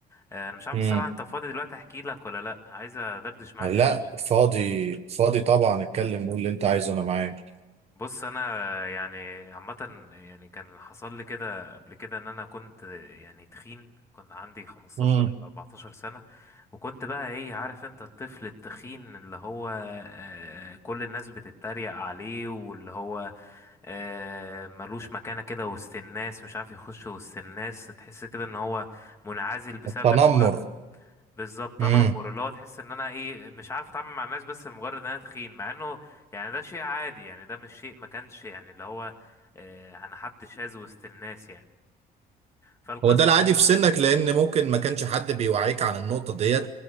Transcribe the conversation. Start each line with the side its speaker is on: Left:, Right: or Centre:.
Left: آه، انا مش عارف
Right: امم
Left: الصراحة انت فاضي دلوقتي احكي لك ولا لا عايز ادردش معاك
Right: لا
Left: كده شوية
Right: فاضي فاضي طبعا اتكلم قول اللي انت عايزه انا معاك
Left: بص انا يعني عامه يعني كان حصل لي كده قبل كده ان انا كنت يعني تخين كنت عندي 15
Right: امم
Left: ولا 14 سنه وكنت بقى ايه عارف انت الطفل التخين اللي هو آه، كل الناس بتتريق عليه واللي هو آه، ملوش مكانه كده وسط الناس مش عارف يخش وسط الناس تحس كده ان هو منعزل بسبب
Right: التنمر
Left: ان هو بالظبط
Right: امم
Left: انا امور اللي هو تحس ان انا ايه مش عارف اتعامل مع الناس بس لمجرد ان انا تخين مع انه يعني ده شيء عادي يعني ده مش شيء ما كانش يعني اللي هو آه، انا حد شاذ وسط الناس يعني فالقصه
Right: هو ده العادي
Left: بقى
Right: في سنك لان ممكن ما كانش حد بيوعيك عن النقطة ديت